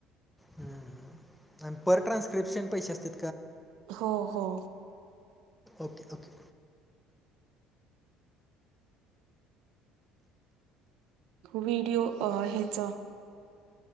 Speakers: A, in the centre; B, on the right.
A: ह आणि पर ट्रान्स्क्रिप्शन पैसे असतील
B: हो हो
A: ओके ओके
B: व्हिडिओ अ ह्येच